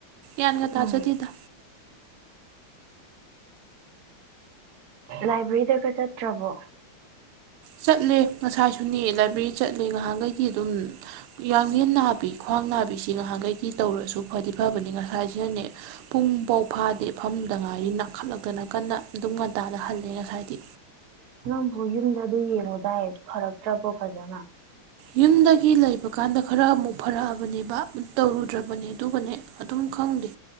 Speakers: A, on the right (about 90°); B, on the right (about 60°).
A: ꯌꯥ꯭ꯟꯒ ꯇꯥꯖꯗꯦꯗ
B: ꯎꯝ ꯂꯥꯏꯕ꯭ꯔꯦꯔꯤꯗꯒ ꯆꯠꯇ꯭ꯔꯕꯣ
A: ꯆꯠꯂꯦ ꯉꯁꯥꯏꯁꯨꯅꯦ ꯂꯥꯏꯕ꯭ꯔꯦꯔꯤ ꯆꯠꯂꯦ ꯉꯍꯥꯟꯈꯩꯗꯤ ꯑꯗꯨꯝ ꯌꯥꯡꯡꯂꯟ ꯅꯥꯕꯤ ꯈ꯭ꯋꯥꯡ ꯅꯥꯕꯤꯁꯤ ꯉꯍꯥꯛꯈꯩꯒꯤ ꯇꯧꯔꯁꯨ ꯈꯣꯏꯗꯤ ꯐꯕꯅꯤ ꯉꯁꯥꯏꯁꯤꯅꯅꯦ ꯄꯨꯡꯥꯎ ꯐꯥꯗꯦ ꯐꯝꯗ ꯉꯥꯏꯔꯤꯅ ꯀꯥꯈꯠꯂꯛꯇꯅ ꯀꯟꯅ ꯑꯗꯨꯝ ꯉꯟꯇꯥꯗ ꯍꯜꯂꯦ ꯉꯁꯥꯏꯗꯤ
B: ꯅꯪꯕꯨ ꯌꯨꯝꯗ ꯑꯗꯨ ꯌꯦꯡꯉꯨꯗꯏ ꯐꯔꯛꯇ꯭ꯔꯕꯣ ꯐꯖꯅ
A: ꯌꯨꯝꯗꯒꯤ ꯂꯩꯕꯀꯥꯟꯗ ꯈꯔ ꯑꯃꯨꯛ ꯐꯔꯛꯑꯕꯅꯦꯕ ꯇꯧꯔꯨꯗ꯭ꯔꯕꯅꯦ ꯑꯗꯨꯒꯅꯦ ꯑꯗꯨꯝ ꯈꯪꯗꯦ